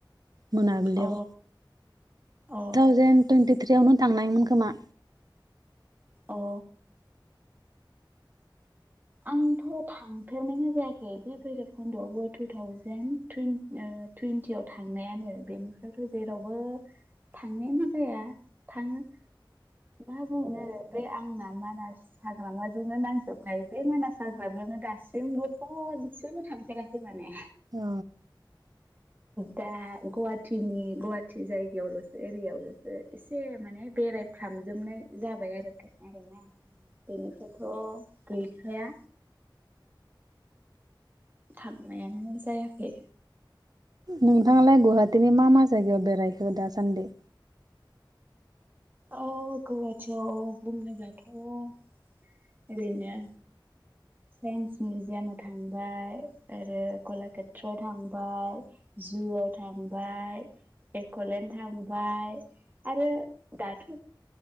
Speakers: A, on the right; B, on the right.
A: मोनाबिलियाव
B: अ अ
A: जों टुइन्टिथ्रियावनो थांनायमोन खोमा
B: औ आंथ' थांफेरनायानो जायाखै बे भैरब खुन्द'आवबो टु थावजेेन टुइन ओ टुइन्टियाव थांनायानो बेनिफ्रायथ' जेरावबो थांनायानो जाया थाङो मा बुंनो बे आंना मानास हाग्रामाजोंनो नांजोबनाय बे मानास हाग्रामायावनो दासिमबो खनसेबो थांफेराखै माने
A: औ
B: दा गुवाहाटिनि गुवाहाटि जायगायावल'सो एरियायावल'सो एसे माने बेरायफ्रामजोबनाय जाबाय आरो खाय आरोना बेनिफ्रायथ' गैखाया थांनायानो जायाखै
A: नोंथाङालाय गुवाहाटीनि मा मा जायगायाव बेरायखो दासान्दि?
B: औ गुवाहाटियाव बुंनोब्लाथ' ओरैनो साइन्स मिउजियामाव थांबाय आरो कलाकेत्रआव थांबाय जुआव थांबाय एक'लेण्ड थांबाय आरो दाथ'